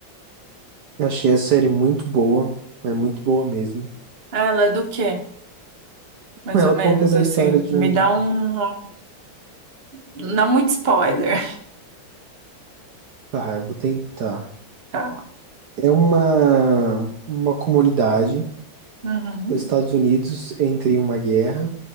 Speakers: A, on the right (about 60°); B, on the right (about 35°).
A: Achei a série muito boa, é muito boa mesmo.
B: Ela é do quê? Mais
A: Ela
B: ou menos
A: conta da
B: assim.
A: história de
B: Me
A: um.
B: dá um. Não muito spoiler. <laughs>
A: Tá, eu vou tentar.
B: Tá.
A: É uma, uma comunidade,
B: Uhum.
A: os Estados Unidos entra em uma guerra,